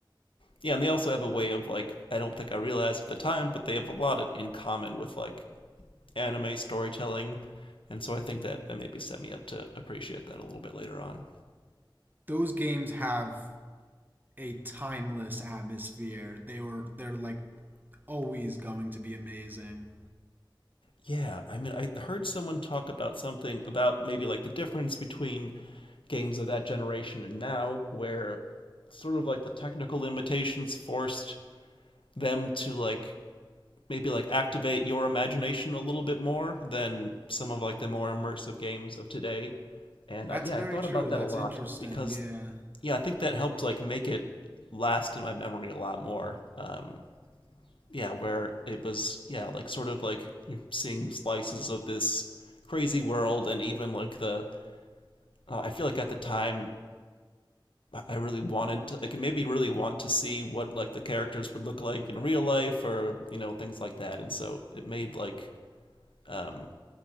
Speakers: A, on the left (about 80°); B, on the right (about 20°).
A: Yeah, and they also have a way of like I don't think I realized at the time, but they have a lot in common with like anime storytelling, and so I think that that maybe set me up to appreciate that a little bit later on.
B: Those games have a timeless atmosphere. They were they're like always going to be amazing.
A: Yeah, I mean, I heard someone talk about something about maybe like the difference between games of that generation and now, where sort of like the technical limitations forced them to like maybe like activate your imagination a little bit more than some of like the more immersive games of today. And
B: That's
A: I, yeah,
B: very
A: I thought
B: true.
A: about
B: That's
A: that a lot
B: interesting.
A: because
B: Yeah.
A: yeah, I think that helped like make it last in my memory a lot more. Um, yeah, where it was yeah like sort of like seeing slices of this crazy world and even like the uh, I feel like at the time I really wanted to like it made me really want to see what like the characters would look like in real life or you know things like that and so it made like um